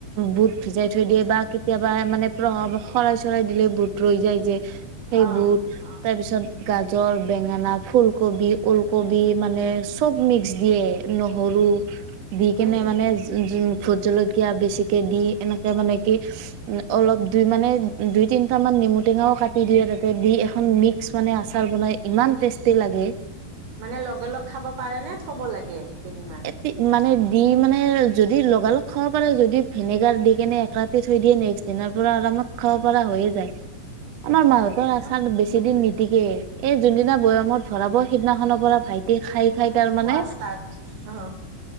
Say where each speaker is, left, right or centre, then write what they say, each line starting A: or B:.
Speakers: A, on the right (about 70°); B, on the right (about 85°).
A: বুত ভিজাই থৈ দিয়ে বা কেতিয়াবা মানে প্ৰভাৱ শৰাই চৰাই দিলে বোত ৰৈ যায় যে সেই
B: অ
A: বুত
B: অ
A: তাৰপিছত গাজৰ, বেঙেনা, ফুলকবি, ওলকবি মানে চব মিক্স দিয়ে নহৰু দি
B: হয়
A: কিনে
B: নেকি
A: মানে জ ভুত জলকীয়া <unintelligible> বেছিকে দি এনেকে মানে কি অলপ দুই মানে দুই তিনটামান নেমু টেঙাও কাটি দিয়ে তাতে দি এখন মিক্স মানে আচাৰ বনাই। ইমান টেষ্টি লাগে।
B: মানে লগে লগ খাব পাৰে নে থব লাগে কেইদিনমান?
A: এ মানে দি মানে যদি লগালগ খাব পাৰে যদি ভিনেগাৰ দি কেনে এক ৰাতি থৈ দিয়ে নেক্সট দিনৰ পুৰা আৰামত খাব পৰা হৈয়ে যায়। আমাৰ
B: উম
A: মাহতৰ
B: হৈ যায়
A: আচাৰ
B: ন
A: বেছি দিন নি গতিকে এই যোনদিনা বৈয়ামত ভৰাব সিদিনাখনৰ পৰা ভাইটিয়ে খাই খাই তাৰ মানে
B: খোৱা ষ্টাৰ্ট অ।